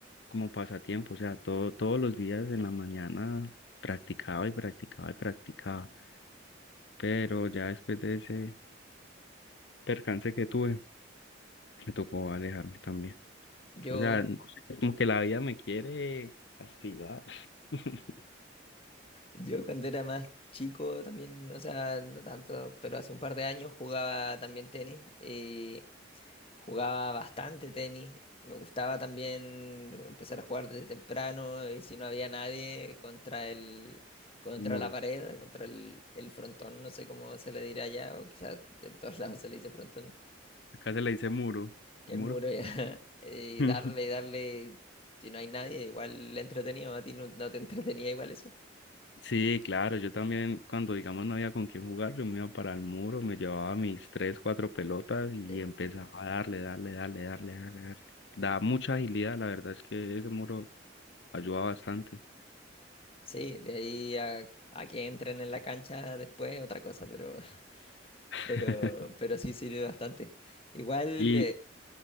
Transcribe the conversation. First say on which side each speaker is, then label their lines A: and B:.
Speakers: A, on the left (about 65°); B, on the left (about 30°).
A: como pasatiempo, o sea, todo, todos los días en la mañana practicaba y practicaba y practicaba. Pero ya después de ese percance que tuve, Me tocó alejarme también.
B: Yo,
A: O sea, n- es como que la vida me quiere castigar. <laughs>
B: yo cuando era más chico también, o sea, no tanto, pero hace un par de años jugaba también tenis. Y Jugaba bastante tenis. Me gustaba también empezar a jugar desde temprano y si no había nadie contra el, contra
A: El muro.
B: la pared, contra el, el frontón, no sé cómo se le dirá allá, o quizás en todos <laughs> lados se le dice frontón,
A: Acá se le dice muro.
B: el
A: ¿El muro?
B: muro ya, <laughs> y
A: <laughs>
B: darle, y darle, si no hay nadie, igual le entretenido, a ti no, no te entretenía igual eso.
A: Sí, claro, yo también cuando digamos no había con quién jugar, yo me iba para el muro, me llevaba mis tres, cuatro pelotas y
B: Sí,
A: empezaba a darle, darle, darle, darle, darle, darle. Da mucha agilidad, la verdad es que ese muro ayuda bastante.
B: Sí, de ahí a, a que entren en la cancha después, otra cosa, pero, <laughs>
A: <laughs>
B: pero, pero sí sirve bastante. Igual,
A: ¿Y,
B: eh,